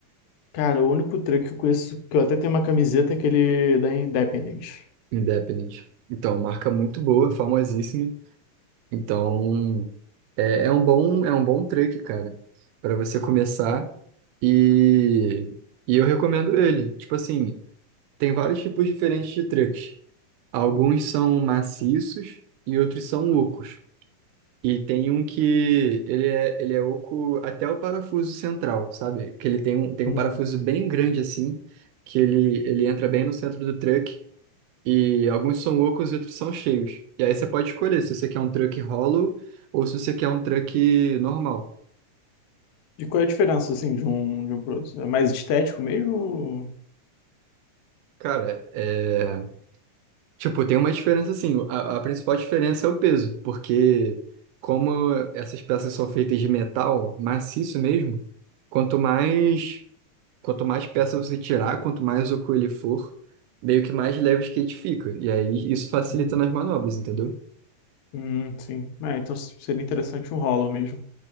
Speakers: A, on the left; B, on the right.
A: Cara, o único truque que eu conheço, que eu até tenho uma camiseta, é aquele da Independence.
B: Independent. Então, marca muito boa, famosíssima. Então, é, é um bom, é um bom truck, cara, para você começar. E, e eu recomendo ele. Tipo assim, tem vários tipos diferentes de trucks. Alguns são maciços e outros são ocos. E tem um que ele é, ele é oco até o parafuso central, sabe? Que ele tem um, tem
A: Uhum.
B: um parafuso bem grande assim, que ele, ele entra bem no centro do truck. E alguns são ocos e outros são cheios. E aí você pode escolher se você quer um truck hollow ou se você quer um truck normal.
A: E qual é a diferença, assim, de um, de um pro outro? É mais estético mesmo?
B: Cara, é... Tipo, tem uma diferença assim. A, a principal diferença é o peso, porque como essas peças são feitas de metal maciço mesmo, quanto mais. Quanto mais peça você tirar, quanto mais oco ele for, meio que mais leve o skate fica. E aí isso facilita
A: Uhum.
B: nas manobras, entendeu?
A: Hum, sim. Ah, então seria interessante um Hollow mesmo.